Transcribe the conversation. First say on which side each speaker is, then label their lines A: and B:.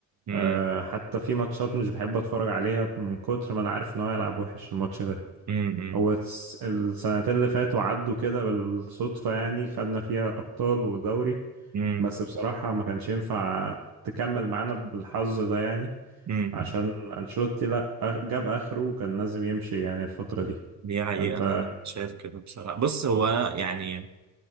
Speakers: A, on the right; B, on the right.
A: امم
B: آه حتى في ماتشات مش بحب أتفرج عليها من كتر ما أنا عارف إن هو هيلعب وحش الماتش ده
A: امم
B: هو الس- السنتين اللي فاتوا عدوا كده بالصدفة يعني خدنا فيها أبطال ودوري
A: امم
B: بس بصراحة ما كانش ينفع تكمل معانا بالحظ ده يعني
A: امم
B: عشان أنشيلوتي لا أخ- جاب آخره وكان لازم يمشي يعني الفترة دي
A: دي حقيقه
B: أنت
A: انا شايف كده بصراحه بص هو أنا يعني